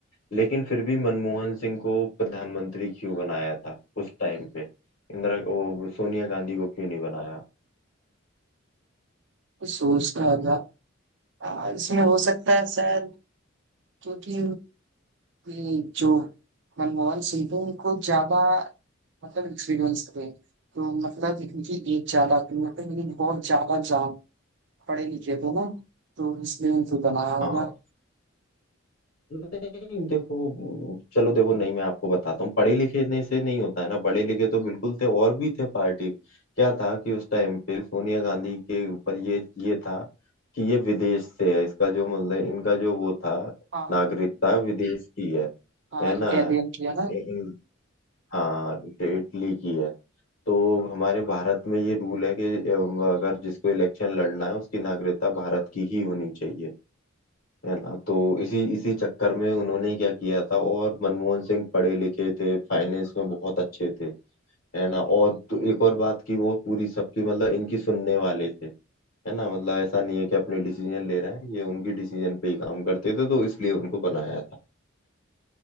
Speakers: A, on the left; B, on the right.
A: लेकिन फिर भी मनमोहन सिंह को प्रधानमंत्री क्यों बनाया था उस टाइम पे इंदिरा वो सोनिया गांधी को क्यों नहीं बनाया
B: कुछ सोचना होगा आ, इसमें हो सकता है सर क्योंकि कि जो मनमोहन सिंह थे उनको ज्यादा मतलब एक्सपीरियंस थे तो मतलब इनकी एज ज्यादा थी मतलब इनकी बहुत ज्यादा जान पढ़े लिखे थे ना तो इसलिए इनको बनाया होगा
A: हाँ नहीं देखो चलो देखो नहीं मैं आपको बताता हूँ पढ़े लिखे ने से नहीं होता है ना पढ़े लिखे तो बिल्कुल थे और भी थे पार्टी क्या था कि उस टाइम पे सोनिया गांधी के ऊपर ये ये था कि ये विदेश से है इसका जो मतलब इनका जो वो था
B: हाँ
A: नागरिकता विदेश की है
B: हाँ
A: है
B: इटालियन
A: ना
B: किया ना
A: इ- इ- हाँ इटली की है तो हमारे भारत में ये रूल है कि अ, अगर जिसको इलेक्शन लड़ना है उसकी नागरिकता भारत की ही होनी चाहिए है ना तो इसी इसी चक्कर में उन्होंने क्या किया था और मनमोहन सिंह पढ़े लिखे थे फाइनेंस में बहुत अच्छे थे है ना और तो एक और बात की वो पूरी सबकी मतलब इनकी सुनने वाले थे है ना मतलब ऐसा नहीं है कि अपने डिसीजन ले रहे हैं ये उनकी डिसीजन पे ही काम करते थे तो इसलिए उनको बनाया था